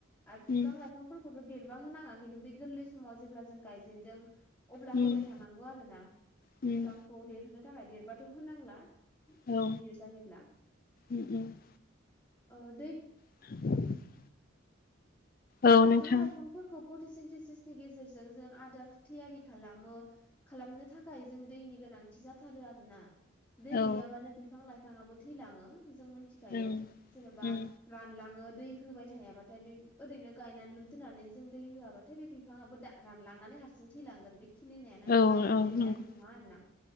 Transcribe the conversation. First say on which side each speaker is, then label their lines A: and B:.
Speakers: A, on the left (about 15°); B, on the left (about 45°).
A: आर
B: उम
A: बिफां लाइफांफोरखौथ' देरबा होनाङा खिन्थु बे गोरलै समाव जेब्ला जों गायजेनदों अब्ला
B: उम
A: होबाय थानांगौ आरोना
B: उम
A: फिफांखौ देरहोनो थाखाय देरबाथ' होनांला गिदिर
B: औ
A: गिदिर जायोब्ला
B: उम उम‌।
A: अ दैे
B: <inaudible> औ
A: ओ बिफां
B: नोंथां
A: लाइफांफोरखौ फटिसेनटिसिसनि गेजेरजों जों आदार थियारि खालामो खालामनो थाखाय जों दैनि गोनांथि जाथारो आरोना दै
B: औ
A: गैयाबानो बिफां लाइफाङाबो थैलाङो जों मोनथिखायो
B: उम
A: जेनेबा
B: उम
A: रानलाङो दै होबाय थायाबाथाय बे ओरैनो गायनानै लुदोननानै जों दै होआबाथाय बे बिफांआबो रानलांनानै हारसिं थैलांगोन बे खिलिनायानो
B: औ
A: नङा एबा
B: औ
A: देरनायानो
B: नंगौ
A: नङा आरोना।